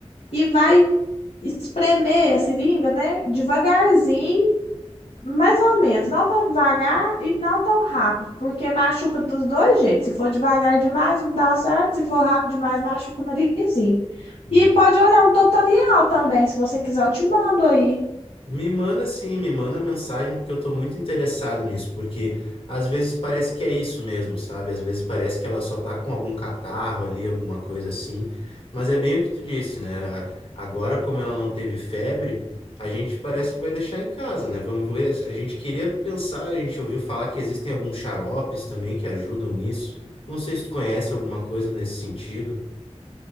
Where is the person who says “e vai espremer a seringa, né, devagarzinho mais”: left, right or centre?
Left